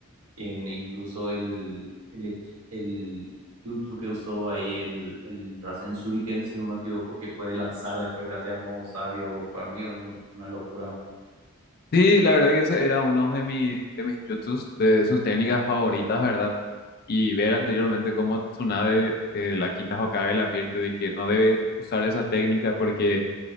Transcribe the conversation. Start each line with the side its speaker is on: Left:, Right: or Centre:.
Right: En, incluso el, el, hech- el jutsu que usó ahí, el, el Rasen Shuriken, si no me equivoco, que puede lanzar después gracias al modo sabio, para mí es un- una locura.
Left: Sí, la verdad que ese era uno de mis, de mis jutsus, de sus técnicas favoritas, ¿verdad? y ver anteriormente cómo Tsunade, eh, la quinta Hokage, le advierte de que no debe usar esa técnica porque